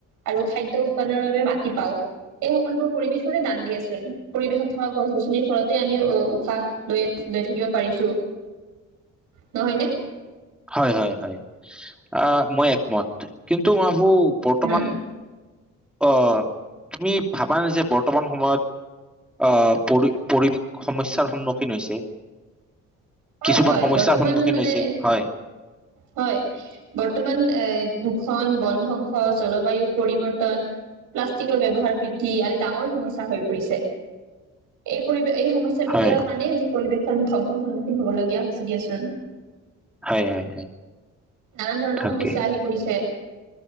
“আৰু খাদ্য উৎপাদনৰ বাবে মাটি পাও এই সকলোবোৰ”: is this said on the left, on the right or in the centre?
Right